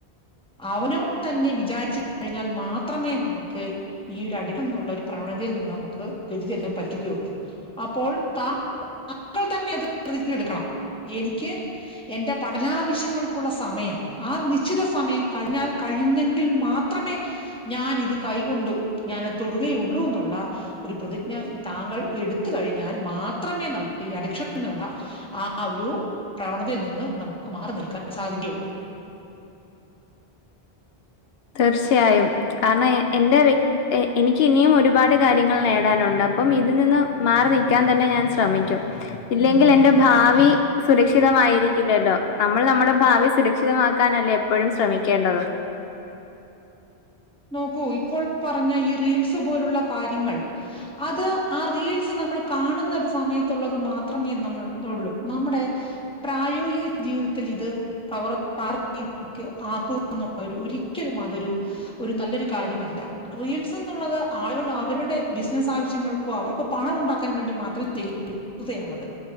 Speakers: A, in the centre; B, on the left.
A: അവനവൻ തന്നെ വിചാരിച്ച് കഴിഞ്ഞാൽ മാത്രമേ നമുക്ക് ഈ ഒരു <unintelligible> നിന്നുള്ള ഒരു പ്രവണയിൽ നിന്ന് നമുക്ക് വ്യതിചലിക്കാൻ പറ്റു റ്റുകയൊള്ളൂ, അപ്പോൾ താങ്കൾ തന്നെ അത് പ്രതിജ്ഞയെടുക്കണം, എനിക്ക് എന്റെ പഠനാവശ്യങ്ങൾക്കുള്ള സമയം ആ നിശ്ചിത സമയം കഴിഞ്ഞാൽ കഴിഞ്ഞെങ്കിൽ മാത് ത്രമേ ഞാൻ ഇത് കൈകൊണ്ടു ഞാനത് തൊടുകയുള്ളൂ എന്നുള്ള ഒരു പ്രതിജ്ഞ താങ്കൾ എടുത്ത് കഴിഞ്ഞാൽ മാത്രമേ നമ്മുക്ക് ഈ അഡിക്ഷനിൽ ന്നുള്ള ആ ആ ഒരു പ്രവണതയിൽ നിന്ന് നമുക്ക് മാറി നിൽക്കാൻ സാധിക്കുകയുള്ളൂ.
B: തീർച്ചയായും, കാരണം എന്റെ വ്യ എ എനിക്ക് ഇനിയും ഒരുപാട് കാര്യങ്ങൾ നേടാനൊണ്ട്, അപ്പം ഇതി നിന്ന് മാറി നിക്കാൻ തന്നെ ഞാൻ ശ്രമിക്കും. ഇല്ലെങ്കിലെന്റെ ഭാവി സുരക്ഷിതമായിരിക്കില്ലല്ലോ? നമ്മൾ നമ്മുടെ ഭാവി സുരക്ഷിതമാക്കാനല്ലേ എപ്പോഴും ശ്രമിക്കേണ്ടത്.
A: നോക്കൂ ഇപ്പോൾ പറഞ്ഞ ഈ റീൽസ് പോലുള്ള കാര്യങ്ങൾ അത് ആ റീൽസ് നമ്മൾ കാണുന്ന ഒരു സമയത്തുള്ളത് മാത്രമേ നമ്മൾ ഇത് ഒള്ളൂ, നമ്മുടെ പ്രായോഗിക ജീവിതത്തിലിത് പ്രവർ പ്രാവർത്തികം ആക്കുക എന്നുള്ള ഒരു ഒരിക്കലും അതൊരു ഒരു നല്ലൊരു കാര്യമല്ല, റീൽസ് എന്നുള്ളത് ആളുകൾ അവരുടെ ബിസിനസ് ആവശ്യങ്ങൾക്കും അവർക്ക് പണം ഉണ്ടാക്കാൻ വേണ്ടി മാത്ര ചെയ്യു <unintelligible> ആണത്,